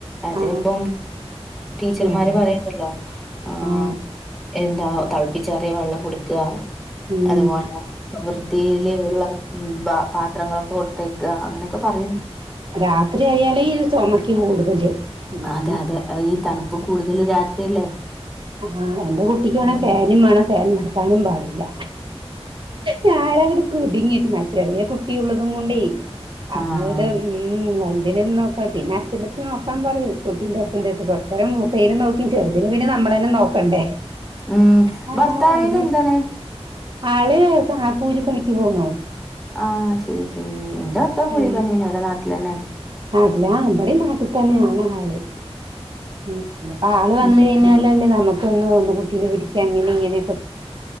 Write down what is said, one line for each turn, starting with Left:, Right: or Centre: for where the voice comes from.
Centre: അതിനിപ്പം
Right: ആ
Centre: ടീച്ചർമാര്
Right: ആ
Centre: പറയണ്ടല്ലോ ആഹ്
Right: ആ
Centre: എന്താ തിളപ്പിച്ചെറിയ വെള്ളം കൊടുക്കുക
Right: ഉം
Centre: അതുപോലെ ഇപ്പ വൃത്തിയിൽ ഉള്ള ന്താ പാത്രങ്ങളൊക്കെ കൊടുത്തേക്ക അങ്ങനെയൊക്കെ പറയുണ്ട്.
Right: രാത്രിയയാലേ ഇത് ചുമക്ക് കൂടുതല്. ഉം
Centre: അതെ അതെ ഈ തണുപ്പും കൂടുതൽ രാത്രിയല്ലേ?
Right: ആഹ് എന്റെ കുട്ടിക്കാണ
Centre: ഉം
Right: ഫാനും വേണം ഫാൻ നിർത്താനും പാടില്ല. ഞാൻ അന്നിട്ട് കുടുങ്ങിട്ട മ ചെറിയ കുട്ടിള്ളതും കൊണ്ടേ അങ്ങോട്
Centre: ആഹ്
Right: ഉം വലുതിനേം നോക്ക പിന്ന അച്ഛൻ്റത്ത് നോക്കാൻ പറയും കുട്ടീന്റെ അച്ഛൻ്റത്ത് കുറച്ച നേരം മൂത്തേനേം നോക്കി ചെറുന് പിന്ന നമ്മ ളെന്നെ നോക്കണ്ടേ?
Centre: ഉം
Right: ആ
Centre: ഭർത്താവിന്
Right: അങ്ങനെ
Centre: എന്താണ്?
Right: ആള് സ കൂലിപ്പണിക്ക് പോന്നു
Centre: ആഹ് ശരി ശരി ന്റെ ഭർത്താവും കൂലി
Right: ഏ
Centre: പനിയന്നെ വിടെ നാട്ടിലന്നെ.
Right: നാട്ടിലാ ഇബാടിം നാട്ടിതന്നെയാണ് ആള്. ഉം പിന്നെപ്പൊ ആള്
Centre: അത്
Right: വന്ന
Centre: ശരി.
Right: കഴിഞ്ഞല്ലല്ലേ നമ്മുക്ക് ഒന്ന് ഒന്ന് കുട്ടീനെ പിടിക്ക അങ്ങനെ ഇങ്ങനെ